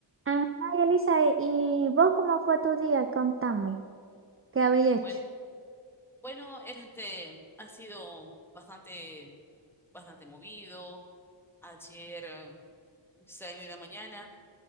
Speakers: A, on the right; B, in the centre.
A: Ajá, Elisa, ¿y vos cómo fue tu día? Contame, ¿qué habéis
B: Bueno,
A: hecho?
B: bueno, <laughs> este ha sido bastante, bastante movido. Ayer eh, salí de la mañana.